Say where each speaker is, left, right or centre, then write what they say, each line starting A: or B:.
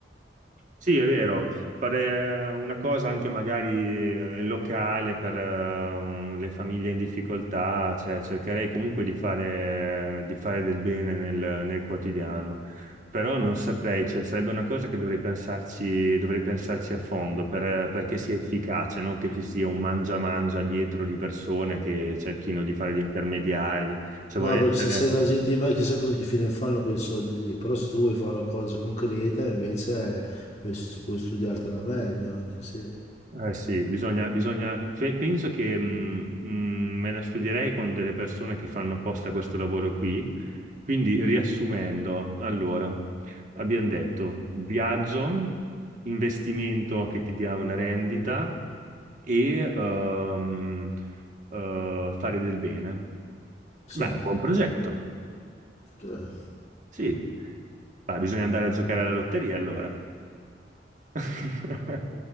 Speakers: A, on the right; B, on the left.
A: Sì, è vero, fare eh, una cosa anche magari eh, locale per eh, le famiglie in difficoltà, cioè cercherei comunque di fare, di fare del bene nel, nel quotidiano, però non saprei, cioè, sarebbe una cosa che dovrei pensarci, dovrei pensarci a fondo per- eh, perché sia efficace, non che ci sia un mangia-mangia dietro di persone che cerchino di fare gli intermediari, cioè
B: No,
A: vorrei
B: perché
A: essere
B: se sei la gente di me chissà cosa che fine fanno quei soldi lì, però se tu vuoi fare una cosa concreta invece eh, puoi, stu- puoi studiartela meglio anche, sì.
A: Eh sì, bisogna, bisogna, pe- penso che mh, mh, me la studierei con delle persone che fanno apposta questo lavoro qui. Quindi, riassumendo, allora, abbiamo detto viaggio, investimento che ti dia una rendita e ehm, eh, fare del bene.
B: Sì.
A: Beh, è un buon progetto,
B: Eh.
A: sì. Beh, bisogna andare a giocare alla lotteria allora. <laughs>